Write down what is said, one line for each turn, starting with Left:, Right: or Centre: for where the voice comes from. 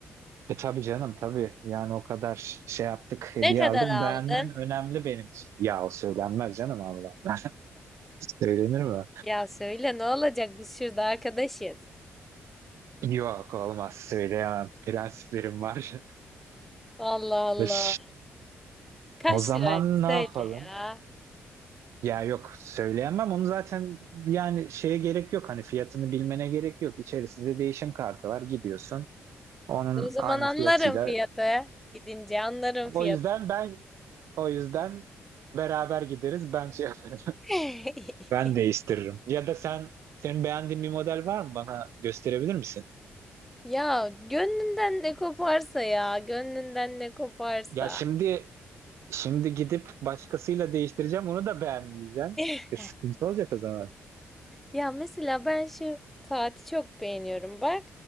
Right: e tabii canım tabii. Yani o kadar şey yaptık, hediye
Centre: Ne kadar
Right: aldık.
Centre: aldın?
Right: Beğenmen önemli benim için. Ya o söylenmez canım Allah <laughs> Söylenir mi?
Centre: Ya söyle ne olacak biz şurada arkadaşız.
Right: Yok olmaz söyleyemem. Prensiplerim var.
Centre: Allah Allah.
Right: <laughs>
Centre: Kaç
Right: O zaman
Centre: liraydı
Right: ne
Centre: söyle
Right: yapalım?
Centre: ya.
Right: Ya yok söyleyemem onu zaten yani şeye gerek yok hani fiyatını bilmene gerek yok. İçerisinde değişim kartı var gidiyorsun onun
Centre: E, O zaman
Right: aynı
Centre: anlarım
Right: fiyatıyla.
Centre: fiyatı. Gidince anlarım fiyatı.
Right: O yüzden ben o yüzden beraber gideriz ben şey yaparım. <laughs>
Centre: <laughs>
Right: Ben değiştiririm. Ya da sen senin beğendiğin bir model var mı bana gösterebilir misin?
Centre: Ya gönlünden ne koparsa ya. Gönlünden ne koparsa.
Right: Ya şimdi şimdi gidip başkasıyla değiştireceğim onu da beğenmeyeceğim.
Centre: <laughs>
Right: E, sıkıntı olacak o zaman.
Centre: Ya mesela ben şu saati çok beğeniyorum. Bak